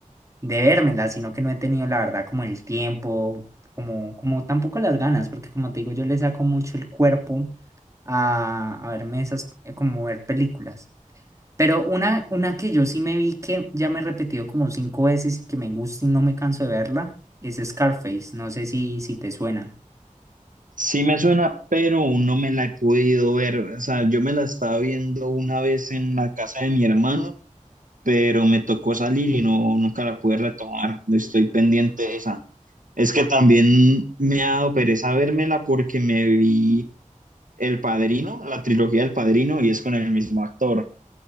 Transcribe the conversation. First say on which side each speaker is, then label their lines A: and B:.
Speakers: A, on the right; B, on the right.
A: de vérmela, sino que no he tenido la verdad como el tiempo, como, como tampoco las ganas, porque como te digo, yo le saco mucho el cuerpo a, a verme esas, eh, como ver películas. Pero una, una que yo sí me vi que ya me he repetido como cinco veces y que me gusta y no me canso de verla, es Scarface, no sé si, si te suena.
B: Sí me suena, pero no me la he podido ver. O sea, yo me la estaba viendo una vez en la casa de mi hermano, pero me tocó salir y no, nunca la pude retomar. Estoy pendiente de esa. Es que también me ha dado pereza vérmela porque me vi El Padrino, la trilogía del Padrino, y es con el mismo actor.